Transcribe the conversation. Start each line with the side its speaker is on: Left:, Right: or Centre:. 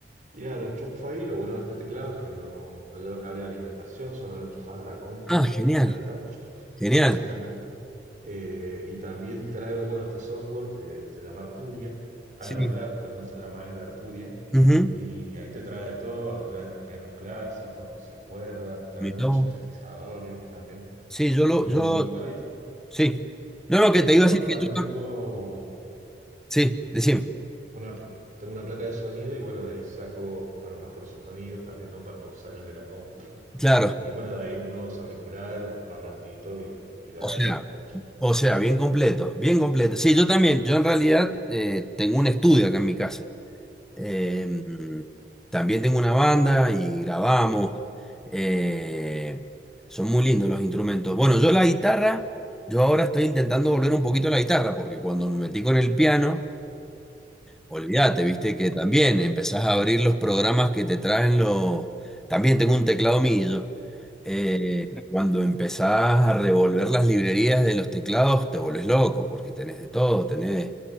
Right: y nada, lo enchufo ahí. Lo bueno de este teclado es que no, no lleva cable de alimentación, solo lo enchufas a la compu
Centre: Ah, genial,
Right: y anda
Centre: genial.
Right: básicamente. Eh, y también trae, bueno, este software que se llama Arturia, Analog
Centre: Sí.
Right: Lab, perdón, se llama, es de Arturia.
Centre: ujú,
Right: Y ahí te trae de todo, te trae desde pianos clásicos, no sé, cuerdas, te trae
Centre: Mi
Right: muchos
Centre: tomo.
Right: sintetizadores también.
Centre: Sí, yo lo,
Right: Y
Centre: yo,
Right: bueno, y t-
Centre: sí.
Right: mm,
Centre: No, no, que te iba
Right: no,
Centre: a decir
Right: también
Centre: que yo,
Right: tengo
Centre: tam- sí, decime,
Right: una, tengo una placa de sonido y bueno, de ahí saco para un mejor sonido también, ¿no? Para no usar el de la compu.
Centre: claro,
Right: Y bueno, de ahí unos auriculares, un parlantito y, y de
Centre: o
Right: ahí
Centre: sea,
Right: lo escucho.
Centre: o sea, bien completo, bien completo. Sí, yo también, yo en realidad eh, tengo un estudio acá en mi casa. Eh, también tengo una banda y grabamos. eh, son muy lindos los instrumentos. Bueno, yo la guitarra, yo ahora estoy intentando volver un poquito a la guitarra, porque cuando me metí con el piano Olvídate, viste que también empezás a abrir los programas que te traen los... También tengo un teclado millo. Eh, cuando empezás a revolver las librerías de los teclados, te volvés loco, porque tenés de todo, tenés